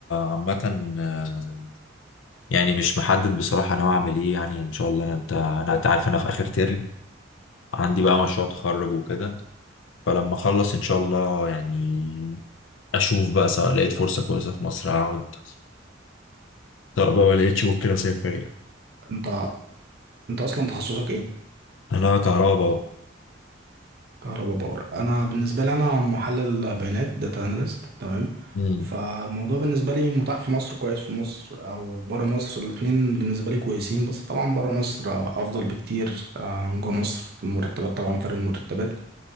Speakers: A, on the left (about 80°); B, on the right (about 55°).
A: عامة آه، يعني مش محدد بصراحة ناوي اعمل ايه يعني ان شاء الله انا بتاع انا انت عارف انا في اخر ترم عندي بقى مشروع تخرج وكده فلما اخلص ان شاء الله يعني اشوف بقى سواء لقيت فرصة كويسة في مصر هقعد طب لو ما لقيتش ممكن اسافر يعني
B: انت انت اصلا تخصصك ايه
A: انا كهرباء بقى
B: كهرباء باور انا بالنسبه لي انا محلل بيانات داتا اناليست تمام
A: امم
B: فالموضوع بالنسبه لي متاح في مصر كويس في مصر او بره مصر الاتنين بالنسبه لي كويسين بس طبعا بره مصر آه، افضل بكتير آه، عن جوه مصر المرتبات طبعا فرق المرتبات